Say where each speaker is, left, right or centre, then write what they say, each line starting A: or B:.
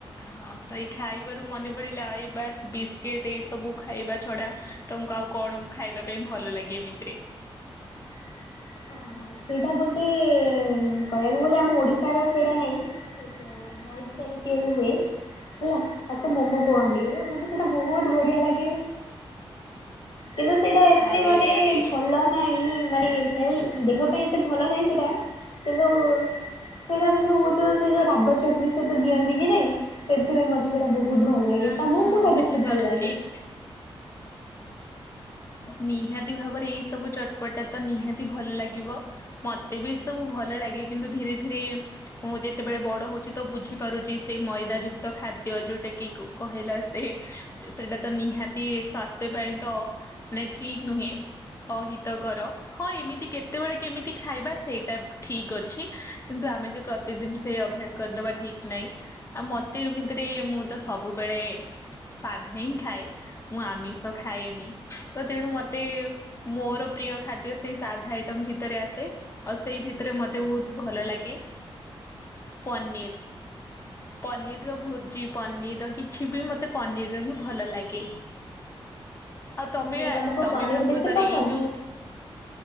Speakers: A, on the left; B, on the left.
A: ହଁ ତ ଏଇ ଖାଇବାରୁ ମନେ ପଡିଲା ଏଇ ବାସ ବିସ୍କିଟ ଏଇ ସବୁ ଖାଇବା ଛଡା ତମକୁ ଆଉ କଣ ଖାଇବା ପାଇଁ ଭଲ ଲାଗେ ଏମିତିରେ?
B: <unintelligible> ହଁ ସେଇଟା ଗୋଟେ କହିବାକୁ ଗଲେ ଆମ ଓଡିଶାର ସେଇଟା ନାଇଁ <unintelligible> ତିଆରି ହୁଏ। ହେଲା ତାକୁ ମୋମୋ କୁହନ୍ତି ମତେ ସେଟା ବହୁତ ବଢିଆ ଲାଗେ। କିନ୍ତୁ ସେଇଟା ଏତେ
A: ଆରେ
B: ମାନେ
A: ଆରେ
B: ଭଲ ନାହିଁ ମାନେ ହେ ଦେହ ପାଇଁ ଏତେ ଭଲ ନାହିଁ ସେଟା କିନ୍ତୁ ସେଇଟା ମାନେ ବହୁତ ସେ ଯୋଉ ରାଗ ଚଟଣି ସହିତ ଦିଅନ୍ତି କି ନାଇଁ ସେଥିପାଇଁ ମତେ ସେଇଟା ବହୁତ ଭଲ ଲାଗେ।
A: ହଁ
B: ତମକୁ କୋଉଟା
A: ବୁଝିପାରୁଛି
B: ବେଶୀ ଭଲ ଲାଗେ?
A: ନିହାତି ଭାବରେ ଏଇ ସବୁ ଚଟପଟା ତ ନିହାତି ଭଲ ଲାଗିବ ମତେ ବି ଏ ସବୁ ଭଲ ଲାଗେ କିନ୍ତୁ ଧୀରେ ଧୀରେ ମୁଁ ଯେତେବେଳେ ବଡ ହଉଛି ତ ବୁଝିପାରୁଛି ସେଇ ମଇଦା ଯୁକ୍ତ ଖା ଖାଦ୍ୟ ଯୋଉଟା କି କହିଲା ସେ ସେଟା ତ ନିହାତି ସ୍ୱାସ୍ଥ୍ୟ ପାଇଁ ତ ନାଇଁ ଠିକ ନୁହେଁ ଅହିତକର ହଁ ଏମିତି କେତେବେଳେ କେମିତି ଖାଇବା ସେଇଟା ଠିକ ଅଛି କିନ୍ତୁ ଆମେ ଯେ ପ୍ରତିଦିନ ସେ ଅଭ୍ୟାସ କରିଦବା ଠିକ ନାହିଁ। ଆଉ ମତେ ଭିତରେ ମୁଁ ତ ସବୁବେଳେ ସାଧା ହିଁ ଖାଏ। ମୁଁ ଆମିଷ ଖାଏନି। ତ ତେଣୁ ମତେ ମୋର ପ୍ରିୟ ଖାଦ୍ୟ ସେଇ ସାଧା ଆଇଟମ ଭିତରେ ଆସେ ଆଉ ସେଇ ଭିତରେ ମତେ ବହୁତ ଭଲ ଲାଗେ।
B: <unintelligible>
A: ପନିର୍ ପନିରର ଭୂର୍ଜି ପନିରର କିଛି ବି ମତେ ପନିର ର ହିଁ ଭଲ ଲାଗେ। ଆଉ ତମେ
B: ତାହେଲେ ତମକୁ
A: ତମେ
B: ପନିର
A: ପ୍ରକୃତରେ
B: ବେଶୀ ପସନ୍ଦ?
A: ଏଇ ଯୋଉ